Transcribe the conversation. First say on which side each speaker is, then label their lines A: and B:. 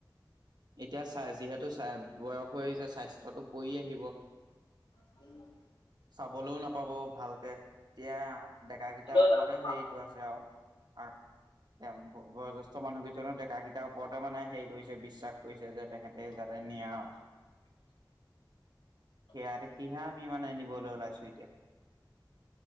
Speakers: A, on the right; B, on the left.
A: এতিয়া চা যিহেতু বয়স হৈ আহিছে স্বাস্থ্যটো পৰি আহিব
B: <unintelligible>
A: চাবলৈও নাপাব ভালকে। এতিয়া ডেকা কেইটাৰ
B: হ'লেও
A: ওপৰতে
B: যাম
A: হেৰিটো আছে আও। আ এ বয়জ্যেষ্ঠ মানুহ কেইজননৰ ডেক কেইটাৰ ওপৰত ত মানে হেৰি কৰিছে বিশ্বাস কৰিছে যে তেহেঁতে যাতে নিয়ে আও সেয়া দেখি হে আমি মানে নিবলৈ ওলাই ছো এতিয়া